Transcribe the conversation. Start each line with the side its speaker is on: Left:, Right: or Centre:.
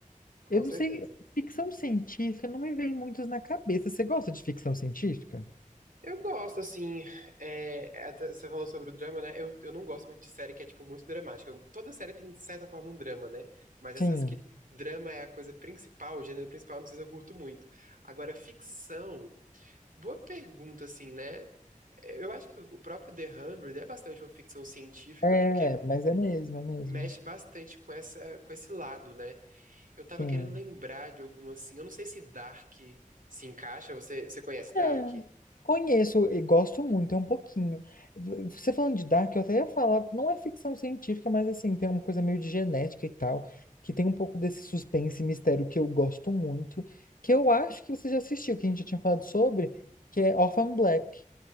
Right: com
Left: Eu não
Right: certeza.
Left: sei, ficção científica não me vem muitos na cabeça. Você gosta de ficção científica?
Right: Eu gosto, assim, é, até você falou sobre o drama, né? Eu, eu não gosto muito de série que é, tipo, muito dramática. Eu- toda série tem, de certa forma, um drama, né? Mas essas
Left: Sim,
Right: que drama é a coisa principal, o gênero principal, não sei se eu curto muito. Agora, ficção, boa pergunta, assim, né? Eu acho que o próprio The 100 é bastante uma ficção científica,
Left: é,
Right: porque
Left: mas é mesmo, é mesmo.
Right: mexe bastante com essa, com esse lado, né? Eu tava
Left: Sim.
Right: querendo lembrar de alguma, assim, eu não sei se Dark se encaixa, você, você conhece Dark?
Left: É. Conheço e gosto muito, é um pouquinho. V- Você falando de Dark, eu até ia falar, não é ficção científica, mas assim, tem uma coisa meio de genética e tal, que tem um pouco desse suspense e mistério que eu gosto muito, que eu acho que você já assistiu, que a gente já tinha falado sobre, que é Orphan Black.